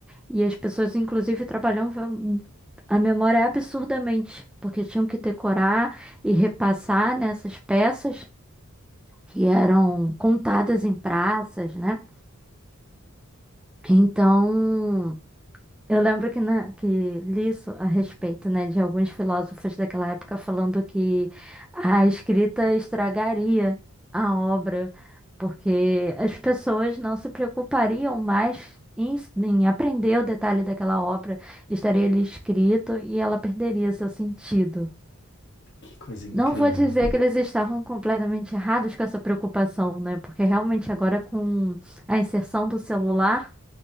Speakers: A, in the centre; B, on the left (about 55°).
A: E as pessoas, inclusive, trabalhavam a memória é absurdamente, porque tinham que decorar e repassar nessas peças que eram contadas em praças, né? Então, eu lembro que, na, que li isso a respeito, né, de alguns filósofos daquela época falando que a escrita estragaria a obra, porque as pessoas não se preocupariam mais em, em aprender o detalhe daquela obra, estaria ali escrito e ela perderia seu sentido.
B: Que coisa incrível.
A: Não vou dizer que eles estavam completamente errados com essa preocupação, né? Porque realmente agora com a inserção do celular